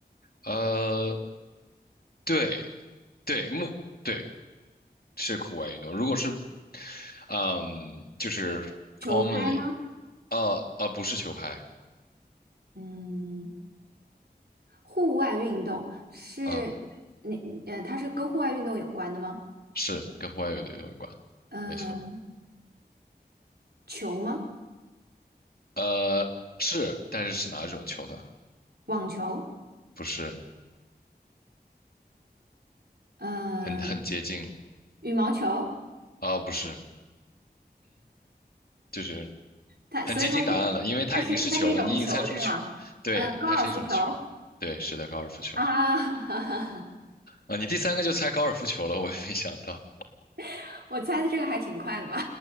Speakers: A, on the left; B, on the right.
A: 呃，对对，木对是户外运动。如果是，嗯，就是 commonly，
B: 球拍吗？
A: 呃呃，不是球拍，
B: 嗯，户外运动是你呃，
A: 嗯，
B: 它是跟户外运动有关的吗？
A: 是跟户外运动有关，
B: 嗯、
A: 没错。
B: 球吗？
A: 呃，是，但是是哪种球呢？
B: 网球？
A: 不是，
B: 嗯、
A: 很很接近了
B: 羽毛球？
A: 啊、不是，就是
B: 它所以它是
A: 很接近答案了，因为它已经是球了，
B: 它是它是一种球是吗？
A: 你已经猜出球，对，
B: 嗯、高尔夫球
A: 它是一种球，对，是的，高尔夫球
B: 啊，
A: 啊，你第三个就猜高尔夫球了，我也没想到，
B: <laughs> 我猜的这个还挺快的吧。